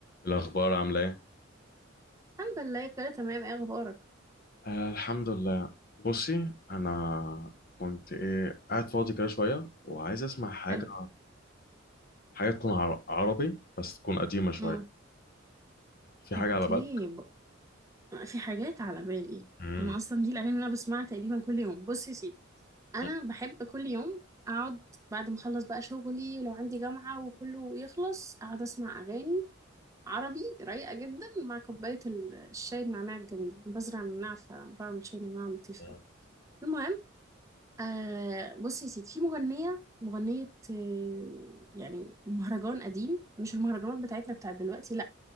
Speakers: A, on the left; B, on the right.
A: الأخبار عاملة إيه؟
B: الحمد لله كله تمام ايه اخبارك
A: آه الحمد لله بصي أنا كنت إيه قاعد فاضي كده شوية وعايز أسمع حاجة
B: حلو
A: حاجة تكون عر- عربي بس تكون قديمة شوية
B: امم
A: في حاجة
B: اوكي
A: على بالك؟
B: ب... في حاجات على بالي
A: مم.
B: انا اصلا دي الاغاني اللي انا بسمعها تقريبا كل يوم بص يا سيدي انا
A: مم.
B: بحب كل يوم اقعد بعد ما اخلص بقى شغلي ولو عندي جامعة وكله يخلص اقعد اسمع اغاني عربي رايقة جدا مع كوباية ال- الشاي النعناع الجميل بزرع النعناع فبعمل شاي نعناع لطيف
A: مم.
B: قوي المهم آه بص يا سيدي في مغنية مغنية آه يعني مهرجان قديم مش المهرجانات بتاعتنا بتاعت دلوقتي